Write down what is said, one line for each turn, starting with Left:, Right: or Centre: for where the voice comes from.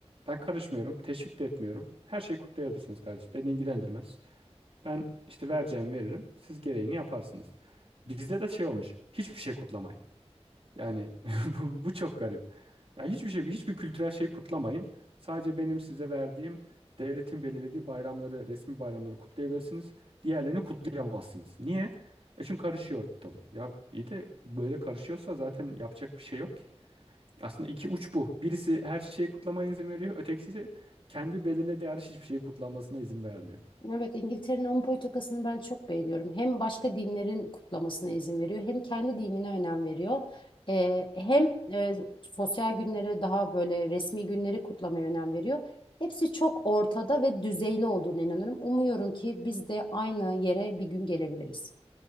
Right: Ben karışmıyorum. Teşvik de etmiyorum. Her şeyi kutlayabilirsiniz kardeşim. Beni ilgilendirmez. Ben işte vereceğim veririm. Siz gereğini yaparsınız. Bizde de şey olmuş. Hiçbir şey kutlamayın. Yani <laughs> bu, bu çok garip. Yani hiçbir şey, hiçbir kültürel şeyi kutlamayın. Sadece benim size verdiğim devletin belirlediği bayramları, resmi bayramları kutlayabilirsiniz. Diğerlerini kutlayamazsınız. Niye? E çünkü karışıyor ortalık. Ya iyi de böyle karışıyorsa zaten yapacak bir şey yok ki. Aslında iki uç bu. Birisi her şeyi kutlamaya izin veriyor. Ötekisi kendi belirlediği hariç hiçbir şeyi kutlanmasına izin vermiyor.
Left: Evet, İngiltere'nin onun politikasını ben çok beğeniyorum. Hem başka dinlerin kutlamasına izin veriyor, hem kendi dinine önem veriyor. Ee, hem e, sosyal günleri daha böyle resmi günleri kutlamaya önem veriyor. Hepsi çok ortada ve düzeyli olduğuna inanıyorum. Umuyorum ki biz de aynı yere bir gün gelebiliriz.